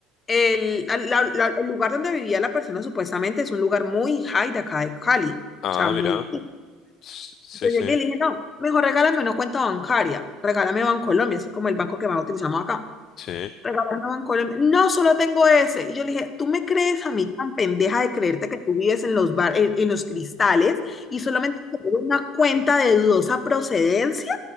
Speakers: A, on the left; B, on the left.
A: el, la- la- la- el lugar donde vivía la persona supuestamente es un lugar muy high de acá de Cali,
B: Ah,
A: o sea, muy...
B: mira, s- sí,
A: Yo llegué
B: sí,
A: y le dije, no, me dijo, regálame una cuenta bancaria, regálame Bancolombia, ese es como el banco que más utilizamos acá.
B: sí,
A: Regálame Bancolombia, no, solo tengo ese. Y yo le dije, ¿tú me crees a mí tan pendeja de creerte que tú vives en los bar, en, en los cristales y solamente tengo una cuenta de dudosa procedencia?